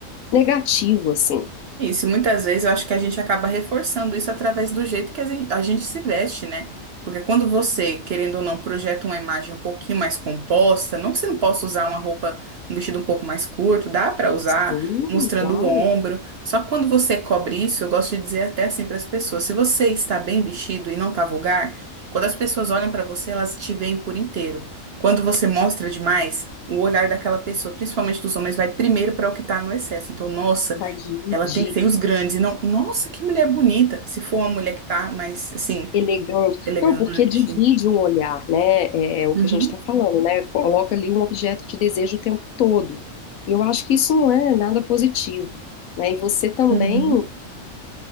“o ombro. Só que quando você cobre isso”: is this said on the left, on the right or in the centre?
Right